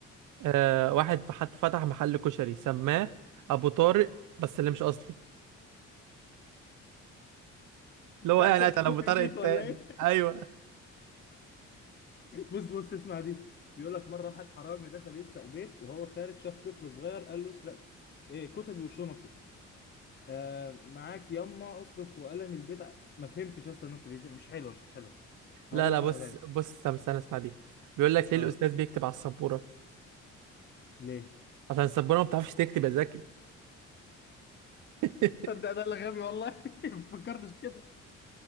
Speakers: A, on the right; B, on the left.
A: آه واحد فحت- فتح محل كشري سماه أبو طارق بس اللي مش أصلي اللي هو
B: ده
A: يعني
B: عشان
A: قاعد
B: الكوبي
A: على أبو طارق
B: رايت
A: التاني
B: ولا ايه
A: أيوه
B: <laughs> بص بص اسمع دي بيقول لك مرة واحد حرامي دخل يسرق بيت وهو خارج شاف طفل صغير قال له اسرق ايه كتبي وشنطي آه معاك يما اصرخ وقلم البيت ع- ما فهمتش اصلا النقطه دي مش حلوه مش حلوه هقول
A: لا لا
B: لك
A: بص
B: واحده تانية
A: بص استنى استنى، اسمع دي بيقول لك ليه
B: اه
A: الأستاذ بيكتب على السبورة
B: ليه
A: عشان السبورة ما بتعرفش تكتب يا زكي <laughs>
B: صدق ده اللي غبي والله <laughs> ما فكرتش كده